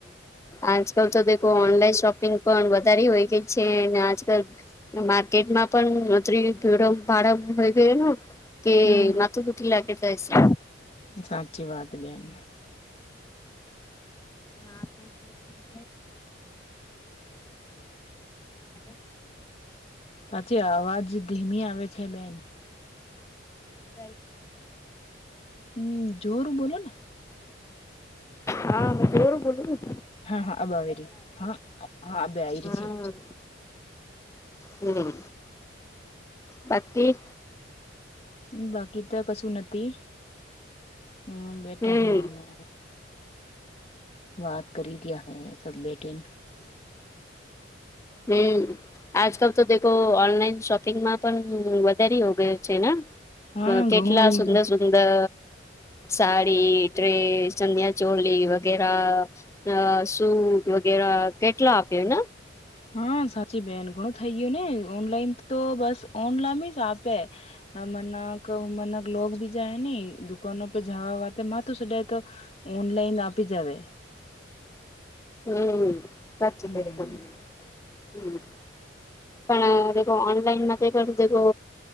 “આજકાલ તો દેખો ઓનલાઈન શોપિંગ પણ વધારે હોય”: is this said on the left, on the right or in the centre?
Left